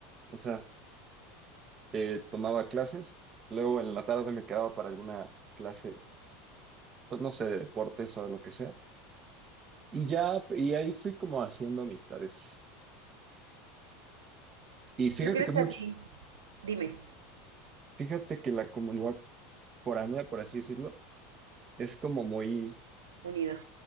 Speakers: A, on the right; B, on the right.
A: O sea, eh, tomaba clases, luego en la tarde me quedaba para alguna clase pues no sé, de deportes o lo que sea. Y ya, y ahí fui como haciendo amistades. Y fíjate
B: ¿Tú crees
A: que mucho,
B: que a ti? Dime,
A: fíjate que la comunidad foránea, por así decirlo, es como muy,
B: unida.